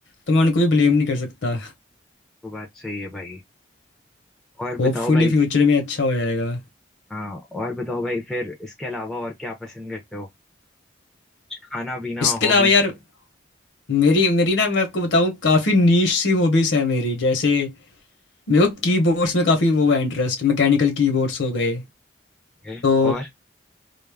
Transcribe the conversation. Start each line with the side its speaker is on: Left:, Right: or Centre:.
Left: तो मैं उनको भी ब्लेम नहीं कर सकता
Centre: तो बात सही है भाई और
Left: होपफुली
Centre: बताओ भाई
Left: फ्यूचर में अच्छा हो जाएगा
Centre: हाँ और बताओ भाई फिर इसके अलावा और क्या पसंद करते हो खाना पीना
Left: इसके
Centre: हॉबी
Left: अलावा यार मेरी मेरी ना मैं आपको बताऊं काफ़ी नीश सी हॉबीज़ है मेरी जैसे मेरे को कीबोर्ड्स में काफ़ी वो है इंटरेस्ट मैकेनिकल कीबोर्ड्स हो गए
Centre: है
Left: तो
Centre: और